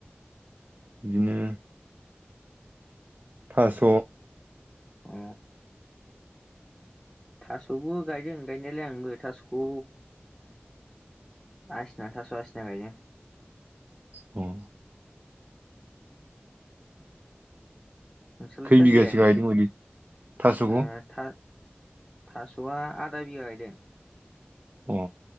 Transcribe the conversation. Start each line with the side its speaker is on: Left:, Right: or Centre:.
Right: बिदिनो थास'
Centre: अ थास'बो गायदों गायनायालाय आंबो थास'खौ आसना थास' आसना गायो।
Right: औ
Centre: नोंसोरलाय
Right: खै
Centre: थास'
Right: बिगासो
Centre: गायाखै
Right: गायदों बायदि थास'खौ
Centre: थास'आ आदा बिघा गायदों
Right: औ